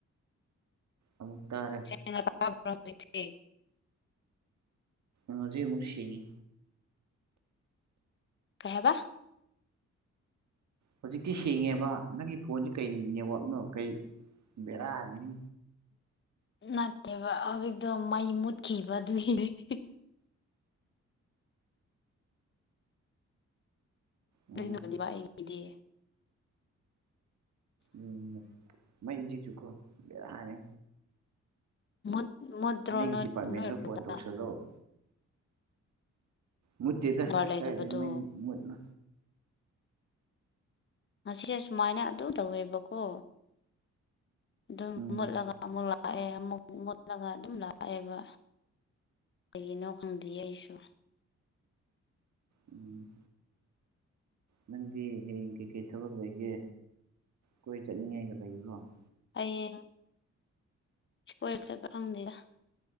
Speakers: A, on the right; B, on the left.
A: ꯑꯃꯨꯛ ꯇꯥꯔꯦ꯫
B: <unintelligible>
A: ꯉꯖꯤ ꯑꯃꯨꯛ ꯁꯦꯡꯉꯤ꯫
B: ꯀꯩ ꯍꯥꯢꯕ꯫
A: ꯍꯧꯖꯤꯛꯇꯤ ꯁꯦꯡꯉꯦꯕ ꯅꯪꯒꯤ ꯐꯣꯟꯖꯤ ꯀꯩ ꯅꯦꯠꯋꯥꯛꯅꯣ ꯀꯩ ꯕꯦꯔꯥꯅꯤ
B: ꯅꯠꯇꯦꯕ ꯍꯧꯖꯤꯛꯇꯣ ꯃꯩ ꯃꯨꯠꯈꯤꯕꯗꯨꯒꯤꯅꯦ ꯍꯦ ꯍꯦ
A: ꯑꯣ
B: <unintelligible> ꯑꯩꯒꯤꯗꯤ꯫
A: ꯎꯝ ꯃꯩꯗꯤꯖꯨꯀꯣ ꯕꯦꯔꯥꯅꯦ꯫
B: <unintelligible> ꯃꯨꯗ꯭ꯔꯣ
A: ꯃꯩꯒꯤ
B: <unintelligible>
A: ꯗꯤꯄꯥꯔꯠꯃꯦꯟꯗ ꯐꯣꯟ ꯇꯧꯁꯜꯂꯣ ꯃꯨꯠꯇꯦꯗ
B: ꯅꯦꯠꯋꯥꯛ ꯂꯩꯇꯕꯗꯣ
A: ꯀꯥꯏꯗꯩ ꯃꯩ ꯃꯨꯠꯅꯣ꯫
B: ꯉꯁꯤꯁꯦ ꯁꯨꯃꯥꯏꯅ ꯑꯗꯨ ꯇꯧꯋꯦꯕꯀꯣ ꯑꯗꯨꯝ
A: ꯎꯝ
B: ꯃꯨꯠꯂꯒ ꯑꯃꯨꯛ ꯂꯥꯛꯑꯦ ꯑꯃꯨꯛ ꯃꯨꯠꯂꯒ ꯑꯗꯨꯝ ꯂꯥꯛꯑꯦꯕ ꯀꯩꯒꯤꯅꯣ ꯈꯪꯗ꯭ꯦ ꯑꯩꯁꯨ
A: ꯎꯝ ꯅꯪꯗꯤ ꯍꯌꯦꯡ ꯀꯩꯀꯩ ꯊꯕꯛ ꯂꯩꯒꯦ ꯀꯣꯏ ꯆꯠꯅꯤꯡꯉꯥꯏꯒ ꯂꯩꯕꯔꫭ
B: ꯍꯥꯌꯦꯡ ꯏꯁꯀ꯭ꯋꯥꯔ ꯆꯠꯄ ꯐꯪꯗꯦꯔ